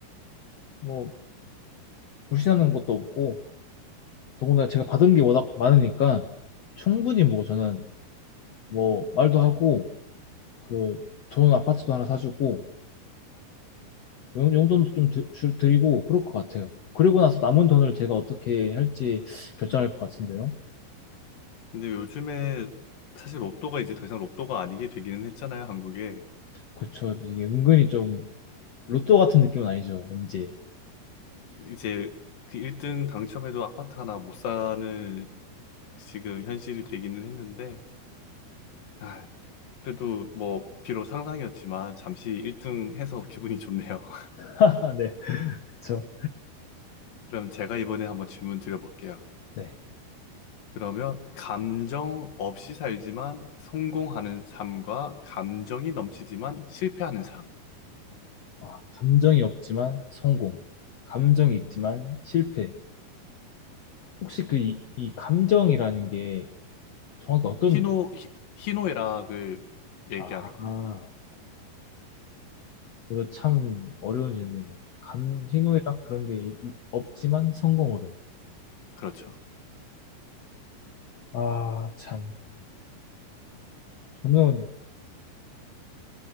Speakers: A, on the left; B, on the left.
A: 뭐, 불신하는 것도 없고, 더군다나 제가 받은 게 워낙 많으니까, 충분히 뭐 저는 뭐, 말도 하고, 그, 좋은 아파트도 하나 사주고, 뭐 용- 용돈도 좀 드, 줄- 드리고, 그럴 것 같아요. 그리고 나서 남은 돈을 제가 어떻게 할지 결정할 것 같은데요.
B: 근데 요즘에 사실 로또가 이제 더 이상 로또가 아니게 되기는 했잖아요, 한국에.
A: 그쵸. 이게 은근히 좀, 로또 같은 느낌은 아니죠. 왠지.
B: 이제 그 1등 당첨해도 아파트 하나 못 사는 지금 현실이 되기는 했는데, 아, 그래도 뭐, 비록 상상이었지만, 잠시 1등 해서 기분이 좋네요. <laughs>
A: <laughs> 네. 그쵸.
B: 그럼 제가 이번에 한번 질문 드려볼게요.
A: 네.
B: 그러면, 감정 없이 살지만 성공하는 삶과 감정이 넘치지만 실패하는 삶.
A: 와, 감정이 없지만 성공. 감정이 있지만 실패. 혹시 그 이, 이 감정이라는 게 정확히 어떤
B: 희노,
A: 느낌?
B: 희- 희노애락을 얘기하는
A: 아,
B: 거예요.
A: 아, 이거 참 어려운 질문이에요. 감, 희노애락 그런 게 이- 이- 없지만 성공을 해.
B: 그렇죠.
A: 아, 참. 저는